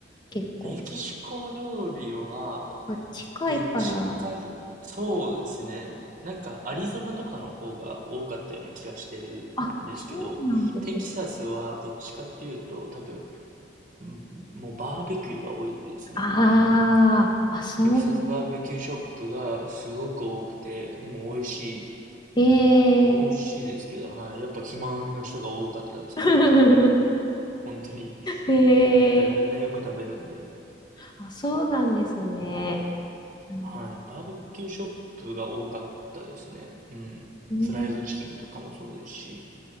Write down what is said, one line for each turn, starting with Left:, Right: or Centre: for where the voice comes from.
Left: 結構。
Right: メキシコ料理は、
Left: あ、近いから。
Right: どっちか、そうですね。なんか、アリゾナとかの方が多かったような気がしてるんですけど、
Left: あ、そうなんですね。
Right: テキサスはどっちかっていうと、多分、んもうバーベキューが多いですね。
Left: ああ、あ、そうなん
Right: テキサスバーベキューショップがすごく多くて、でも美味しい。
Left: へえ。
Right: 美味しいですけど、
Left: へえ。
Right: はい。やっぱ肥満の人が多かったですね、
Left: <laughs>
Right: 多分。本当に。
Left: へ
Right: 見てみたらみんなよく食べるんで。
Left: え。あ、そうなんですね。うん。
Right: はい。バーベキューショップが多かったですね。うん。
Left: うん
Right: フライドチキンとかもそうですし。